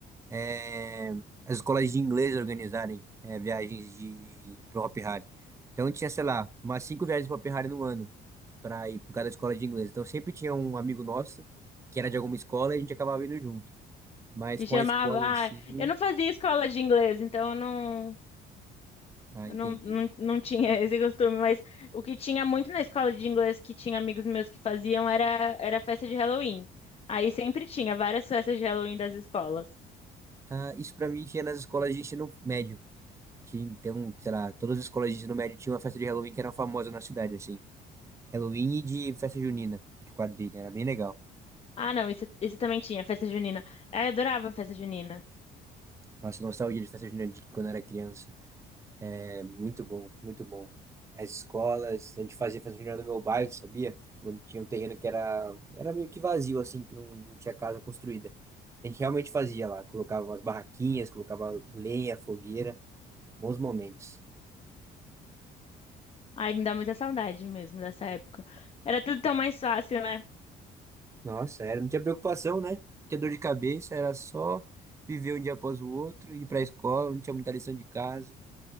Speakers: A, on the right; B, on the left.
A: é, as escolas de inglês organizarem é, viagens de pro Hopi Hari. Então tinha, sei lá, umas cinco viagens pro Hopi Hari no ano para ir para cada escola de inglês. Então sempre tinha um amigo nosso que era de alguma escola e a gente acabava indo junto. Mas
B: Que
A: com
B: chamava.
A: a escola
B: Ah,
A: em si,
B: eu não fazia escola de inglês, então eu não,
A: ah,
B: eu
A: entendi.
B: não, não, não tinha <laughs> esse costume. Mas o que tinha muito na escola de inglês, que tinha amigos meus que faziam, era, era festa de Halloween. Aí sempre tinha várias festas de Halloween das escolas.
A: Ah, isso para mim tinha nas escolas de ensino médio. Tinha, então, sei lá, todas as escolas de ensino médio tinham uma festa de Halloween que era famosa na cidade, assim. Halloween e de festa junina, de quadrilha, era bem legal.
B: Ah, não, isso, isso também tinha, festa junina. Ah, Eu adorava festa junina.
A: Nossa, nostalgia de festa junina de quando eu era criança. É muito bom, muito bom. As escolas, a gente fazia festa junina no meu bairro, sabia? Tipo, tinha um terreno que era, era meio que vazio, assim, que não, não tinha casa construída. A gente realmente fazia lá, colocava umas barraquinhas, colocava lenha, fogueira, bons momentos.
B: Ai, me dá muita saudade mesmo dessa época. Era tudo tão mais fácil, né?
A: Nossa, era, não tinha preocupação, né? Não tinha dor de cabeça, era só viver um dia após o outro, ir pra escola, não tinha muita lição de casa.